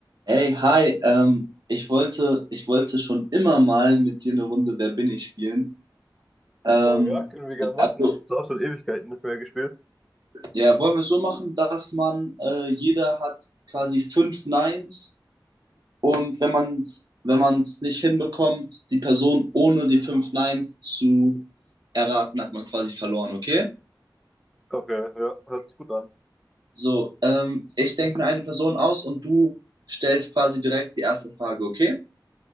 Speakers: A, on the right; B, in the centre.
A: Hey, hi, ähm, ich wollte, ich wollte schon immer mal mit dir eine Runde Wer bin ich spielen. Ähm,
B: Oh ja, können wir gern
A: ja, also,
B: machen. ist auch schon Ewigkeiten nicht mehr gespielt.
A: ja, wollen wir es so machen, dass man, äh, jeder hat quasi fünf Neins und wenn man es, wenn man es nicht hinbekommt, die Person ohne die fünf Neins zu erraten, hat man quasi verloren, okay?
B: Okay, ja, ja, hört sich gut an.
A: So, ähm, ich denke mir eine Person aus und du stellst quasi direkt die erste Frage, okay?